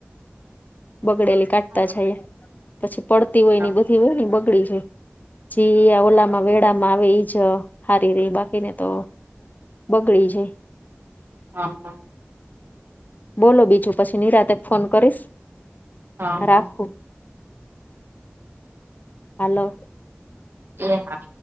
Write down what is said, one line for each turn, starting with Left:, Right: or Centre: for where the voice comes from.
Left: બગડેલી કાઢતા
Right: હા
Left: જાઈએ પછી પડતી હોયને
Right: હા
Left: ઈ બધી હોયને ઈ બગડી જાય જીઈ આ ઓલામાં મેળામાં માવ ઈજ હારી રેય બાકીને તો બગડી જાય
Right: હા, હા
Left: બોલો, બીજુ પછી નિરાંતે ફોન કરીશ
Right: હા
Left: રાખું
Right: હા
Left: હાલો
Right: એ, હા